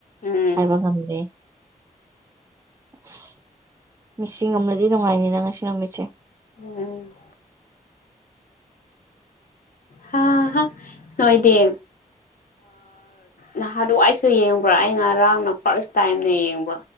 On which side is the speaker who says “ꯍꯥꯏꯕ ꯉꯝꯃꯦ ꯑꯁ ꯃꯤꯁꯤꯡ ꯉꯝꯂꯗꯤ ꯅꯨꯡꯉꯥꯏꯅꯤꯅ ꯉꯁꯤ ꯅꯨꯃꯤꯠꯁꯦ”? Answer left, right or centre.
Right